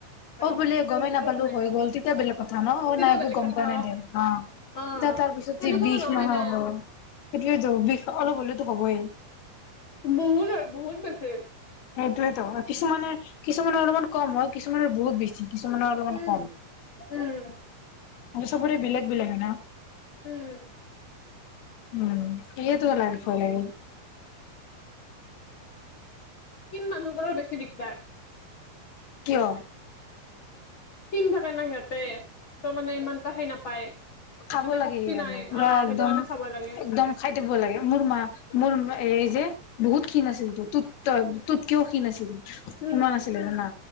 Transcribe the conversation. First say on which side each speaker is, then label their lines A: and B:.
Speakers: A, on the left; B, on the left.
A: হয়
B: অ', বোলে গ'মেই
A: উপায়ো
B: নাপালো
A: নাই
B: হৈ গ'ল, তেতিয়া বেলেগ কথা ন, অ'
A: তেতিয়া
B: নাই একো
A: বেলেগ
B: গ'ম
A: কথা
B: পোৱা নাই দে। অ'
A: অ
B: যা তাৰ পিছত
A: তেনেকুৱাও
B: যে বিষ
A: নহয়
B: নহ'ব,
A: না
B: সেইটোয়েতো বিষ অলপ হলেতো হ'বই।
A: বহুত হয় বহুত বেছি।
B: সেইটোয়েতো, কিছুমানে কিছুমানৰ অলপমান কম হয় কিছুমানৰ বহুত বেছি। কিছুমানৰ অলপমান
A: উম
B: কম,
A: উম
B: মানে চবৰে বেলেগ বেলেগ হয় ন।
A: উম।
B: উম এয়া তোৰ লাইভ ভয় লাগে
A: খিন মানুহবোৰৰ বেছি দিগদাৰ
B: কিয়?
A: খীন থাকে নাই সিহঁতে ত মানে ইমান এটা হেই নাপায়
B: খাব
A: মানে
B: লাগে
A: শক্তি
B: সেই কাৰণে
A: নাই
B: পুৰা
A: অ
B: একদম
A: সেইটো কাৰণে চাব লাগে
B: একদম খাই থাকিব লাগে মোৰ মা মোৰ এই যে বহুত খীণ
A: উম
B: আছিল তো তোৰত
A: উম
B: ততকেও খীণ আছিল
A: উম
B: সিমান আছিলে জানা